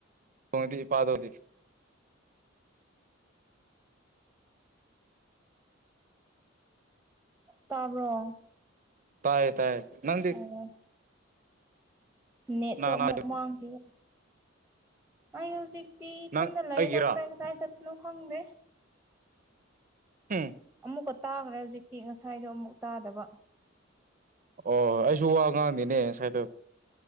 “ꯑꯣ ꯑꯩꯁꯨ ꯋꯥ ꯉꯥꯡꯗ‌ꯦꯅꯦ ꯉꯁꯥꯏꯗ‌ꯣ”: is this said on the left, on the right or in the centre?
Right